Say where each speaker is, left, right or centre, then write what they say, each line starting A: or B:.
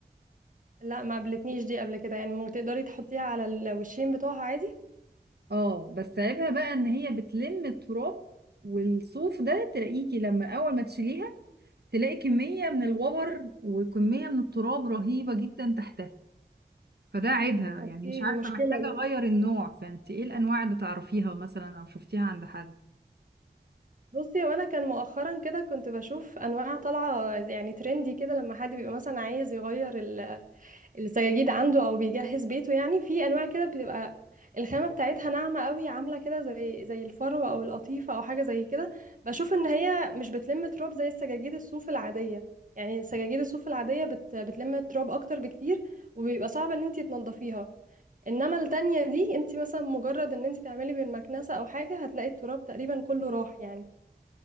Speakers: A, on the right; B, on the right.
A: لا ما قابلتنيش دي قبل كده يعني ممكن تقدري تحطيها على الوشين بتوعها عادي
B: اه بس عيبها بقى ان هي بتلم التراب والصوف ده تلاقيكي لما اول ما تشيليها تلاقي كمية من الوبر وكمية من التراب رهيبة جدا تحتها فده عيبها
A: اوكي
B: يعني مش عارفة
A: دي مشكلة
B: محتاجة أغير
A: دي.
B: النوع فأنت إيه الأنواع اللي تعرفيها مثلا أو شفتيها عند حد
A: بصي وانا كان مؤخرا كده كنت بشوف انواع طالعة يعني ترندي كده لما حد بيبقى مثلا عايز يغير السجاجيد عنده او بيجهز بيته يعني في انواع كده بتبقى الخامه بتاعتها ناعمه قوي عامله كده زي زي الفروه او القطيفه او حاجه زي كده بشوف ان هي مش بتلم تراب زي السجاجيد الصوف العاديه يعني سجاجيد الصوف العاديه بت بتلم تراب اكتر بكتير وبيبقى صعب ان انتي تنضفيها انما التانية دي انتي مثلا مجرد ان انتي تعملي بالمكنسه او حاجه هتلاقي التراب تقريبا كله راح يعني